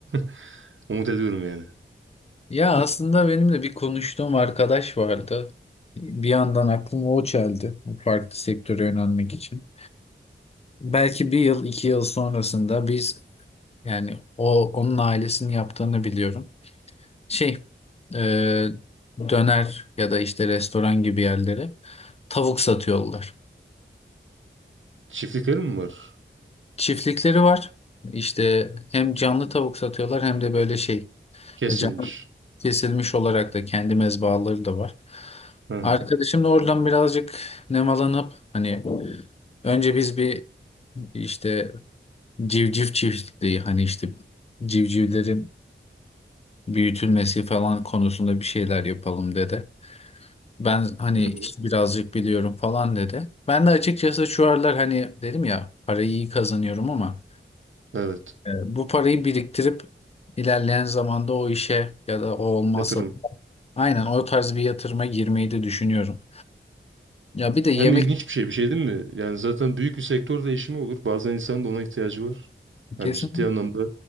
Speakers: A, on the right (about 70°); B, on the left (about 30°).
A: <laughs> Umut ediyorum yani.
B: Ya aslında benim de bir konuştuğum arkadaş vardı. Bir yandan aklıma o çeldi bu farklı sektöre yönelmek için. Belki bir yıl, iki yıl sonrasında biz yani o onun ailesinin yaptığını biliyorum. Şey, e, döner ya da işte restoran gibi yerlere tavuk satıyorlar.
A: Çiftliklerim mi var?
B: Çiftlikleri var. İşte hem canlı tavuk satıyorlar hem de böyle şey
A: Kesilmiş.
B: e, canlı kesilmiş olarak da kendi mezbahaları da var.
A: Hı hı.
B: Arkadaşım da oradan birazcık nemalanıp hani önce biz bir işte civciv çiftliği hani işte civcivlerin büyütülmesi falan konusunda bir şeyler yapalım dedi. ben hani
A: Hı
B: işte
A: hı.
B: birazcık biliyorum falan dedi. Ben de açıkçası şu aralar hani dedim ya parayı iyi kazanıyorum ama
A: Evet.
B: e, bu parayı biriktirip ilerleyen zamanda o işe ya da o olmazsa
A: Yatırım.
B: aynen o tarz bir yatırıma girmeyi de düşünüyorum. Ya bir de yemek
A: Hem ilginç bir şey bir şey değil mi? Yani zaten büyük bir sektör değişimi olur. Bazen insanın da ona ihtiyacı var. Yani
B: kesin
A: ciddi anlamda